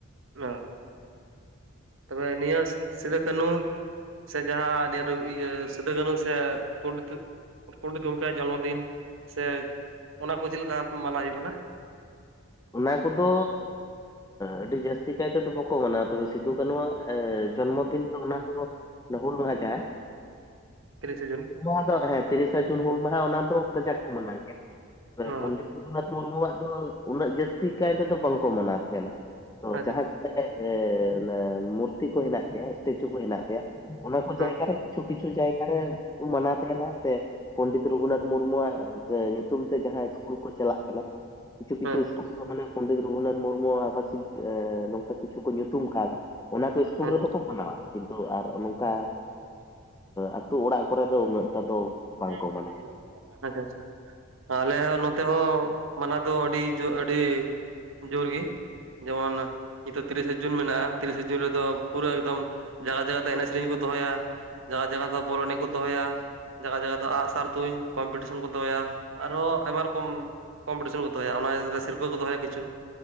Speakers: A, on the right; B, on the left.
A: ᱚ ᱛᱚᱵᱮ ᱱᱤᱭᱟᱹ ᱥᱤᱫᱩ ᱠᱟᱹᱱᱦᱩ ᱥᱮ ᱡᱟᱦᱟᱸ ᱱᱤᱭᱟᱹ <unintelligible> ᱥᱤᱫᱩ ᱠᱟᱱᱩ ᱥᱮ ᱯᱟᱱᱰᱮ ᱯᱚᱱᱰᱤᱛ ᱜᱚᱝᱠᱮᱭᱟᱜ ᱡᱚᱱᱢᱚ ᱫᱤᱱ ᱥᱮ ᱚᱱᱟ ᱠᱚ ᱪᱮᱫ ᱞᱮᱠᱟ ᱢᱟᱱᱟᱣ ᱦᱩᱭᱩᱜ ᱠᱟᱱᱟ᱾
B: ᱚᱱᱟ ᱠᱚᱫᱚ ᱟᱹᱰᱤ ᱡᱟᱹᱥᱛᱤ ᱠᱟᱭ ᱛᱮᱫᱚ ᱵᱟᱠᱚ ᱢᱟᱱᱟᱣᱟ ᱛᱚᱵᱮ ᱥᱤᱫᱩ ᱠᱟᱱᱩᱣᱟᱜ ᱡᱚᱱᱢᱚ ᱫᱤᱱ ᱫᱚ ᱚᱱᱟ ᱫᱚ ᱦᱩᱞ ᱢᱟᱦᱟ ᱡᱟᱦᱟᱸ
A: ᱠᱤᱨᱤᱥᱮ ᱡᱩᱱ
B: ᱱᱚᱣᱟ ᱫᱚ ᱦᱮᱸ ᱛᱤᱨᱤᱥᱟ ᱡᱩᱱ ᱦᱩᱞ ᱢᱟᱦᱟ ᱚᱱᱟ ᱫᱚ ᱠᱟᱡᱟᱠ ᱠᱚ ᱢᱟᱱᱟᱣ ᱜᱮᱭᱟ᱾
A: ᱚ
B: ᱯᱚᱱᱰᱤᱛ ᱨᱚᱜᱷᱩᱱᱟᱛᱷ ᱢᱩᱨᱢᱩᱣᱟᱜ ᱫᱚ ᱩᱱᱟᱹᱜ ᱡᱟᱹᱥᱛᱤ ᱠᱟᱭ ᱛᱮᱫᱚ ᱵᱟᱝᱠᱚ ᱢᱟᱱᱟᱣ ᱛᱟᱦᱮᱸᱱᱟ, ᱛᱚ
A: ᱟᱪᱪᱷᱟ
B: ᱡᱟᱦᱟᱸ
A: ᱟᱪᱪᱷᱟ
B: ᱠᱚ ᱢᱩᱨ ᱢᱚᱨᱛᱤ ᱠᱚ ᱦᱮᱱᱟᱜ ᱛᱟᱭᱟ ᱥᱴᱮᱪᱩ ᱠᱚ ᱦᱮᱱᱟᱜ ᱛᱟᱭᱟ ᱚᱱᱟ ᱠᱚ
A: ᱦᱮᱸ
B: ᱡᱟᱭᱜᱟ ᱨᱮ ᱠᱤᱪᱷᱩ ᱠᱤᱪᱷᱩ ᱡᱟᱭᱜᱟ ᱨᱮ ᱢᱟᱱᱟᱣ ᱛᱟᱦᱮᱱᱟ ᱥᱮ ᱯᱚᱱᱰᱤᱛ ᱨᱚᱜᱷᱩᱱᱟᱛᱷ ᱢᱩᱨᱢᱩᱣᱟᱜ ᱧᱩᱛᱩᱢ ᱛᱮ ᱡᱟᱦᱟᱸ ᱤᱥᱠᱩᱞ ᱠᱚ ᱪᱟᱞᱟᱜ ᱠᱟᱱᱟ᱾ ᱠᱤᱪᱷᱩ ᱠᱤᱪᱷᱩ
A: ᱦᱮᱸ
B: ᱤᱥᱠᱩᱞ ᱫᱚ ᱢᱟᱱᱮ ᱯᱚᱱᱰᱤᱛ ᱨᱚᱜᱷᱩᱱᱟᱛᱷ ᱢᱩᱨᱢᱩ ᱟᱵᱟᱹᱥᱤ ᱱᱚᱝᱠᱟ ᱠᱤᱪᱷᱩ ᱠᱚ ᱧᱩᱛᱩᱢ ᱠᱟᱣᱫᱟ᱾ ᱚᱱᱟ ᱠᱤ ᱤᱥᱠᱩᱞ
A: ᱦᱮᱸ
B: ᱨᱮᱫᱚ ᱠᱚ ᱢᱟᱱᱟᱣᱟ ᱠᱤᱱᱛᱩ ᱟᱨ ᱱᱚᱝᱠᱟ ᱟᱹᱛᱩ ᱚᱲᱟᱜ ᱠᱚᱨᱮ ᱫᱚ ᱩᱱᱟᱹᱜᱴᱟᱜ ᱫᱚ ᱵᱟᱝᱠᱚ
A: ᱦᱮᱸ
B: ᱢᱟᱱᱟᱣ
A: <unintelligible>
B: ᱜᱮᱭᱟ
A: ᱟᱪᱪᱷᱟ ᱟᱞᱮ ᱱᱚᱛᱮ ᱦᱚᱸ ᱢᱟᱱᱟᱣ ᱫᱚ ᱟᱹᱰᱤ ᱟᱹᱰᱤ ᱡᱳᱨ ᱜᱮ᱾ ᱡᱮᱢᱚᱱ ᱱᱤᱛᱚᱜ ᱛᱤᱨᱤᱥᱮ ᱡᱩᱱ ᱢᱮᱱᱟᱜᱼᱟ, ᱛᱤᱨᱤᱥᱮ ᱡᱩᱱ ᱨᱮᱫᱚ ᱯᱩᱨᱟᱹ ᱮᱠᱫᱚᱢ ᱡᱟᱭᱜᱟ ᱡᱟᱭᱜᱟᱛᱮ ᱮᱱᱮᱡ ᱥᱮᱨᱮᱧ ᱠᱚ ᱫᱚᱦᱚᱭᱟ ᱡᱟᱭᱜᱟ ᱡᱟᱭᱜᱟᱛᱮ ᱵᱚᱞ ᱮᱱᱮᱡ ᱠᱚ ᱫᱚᱦᱚᱭᱟ᱾ ᱡᱟᱭᱜᱟ ᱡᱟᱭᱜᱟ ᱫᱚ ᱟᱜ ᱥᱟᱨ ᱛᱩᱧ ᱠᱚᱢᱯᱤᱴᱤᱥᱮᱱ ᱠᱚ ᱫᱚᱦᱚᱭᱟ ᱟᱨᱦᱚᱸ ᱟᱭᱢᱟ ᱨᱚᱠᱚᱢ᱾ ᱠᱚᱢᱯᱤᱴᱤᱥᱚᱱ ᱠᱚ ᱫᱚᱦᱚᱭᱟ ᱚᱱᱟ ᱥᱤᱨᱯᱟᱹ ᱠᱚᱦᱚᱭᱟ ᱠᱤᱪᱷᱩ᱾